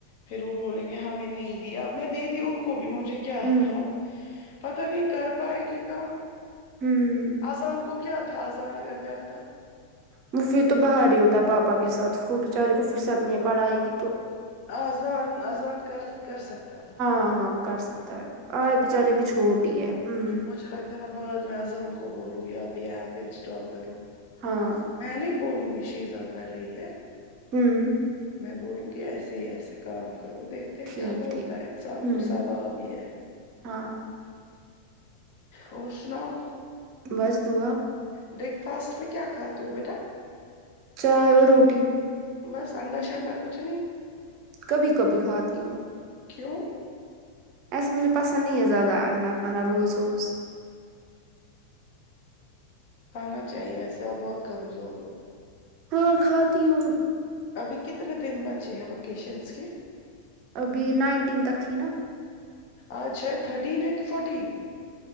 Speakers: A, on the left; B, on the right.
A: پھر وہ بولیں گے ہمیں نہیں دیا ا میں دے دی ان کو بھی مجھے کیا
B: ہے ہوں
A: تھا پتہ نہیں کر پائیں گے کام
B: ہم
A: اذان کو کیا تھا اذان اگر کرتا
B: وہ پھر تو باہر ہی ہوتا ہے پاپا کے ساتھ اسکول بچارے کو فرصت نہیں ہے پڑھائی کی تو
A: آہذان آزان کر کر سکتا تھا
B: ہاں ہاں وہ کر سکتا ہے آ
A: ہے
B: بچاری
A: نا
B: بھی چھوٹی ہی ہے ہوں
A: مجھے لگتا ہے میں بعد میں اذان کو بولوں گی آپ یہ ایپ انسٹال کرو
B: ہاں
A: میں نہیں بولوں گی شیزا کر رہی ہے
B: ہوں
A: میں بولوں گی ایسے ہی ایسے کام کروں دیکھتے کیا
B: ٹھیک
A: بولتا
B: ٹھیک
A: ہے انسان
B: ہوں
A: کو ثواب بھی ہے
B: ہاں
A: اور سناؤ
B: بس دعا
A: بریک فاسٹ میں کیا کھاتے ہو بیٹا
B: چائے اور روٹی
A: بس انڈا شنڈا کچھ نہیں
B: کبھی کبھی کھاتی ہوں
A: کیوں
B: ایسے مجھے پسند نہیں ہے زیادہ انڈا کھانا روز روز
A: کھانا چاہیے ویسے آپ بہت کمزور ہو
B: ہاں کھاتی ہوں
A: ابھی کتنے دن بچی ہے وکیشنس کی
B: ابھی نائنٹین تک تھی نا
A: اچھا تھرٹین ہے کہ فورٹین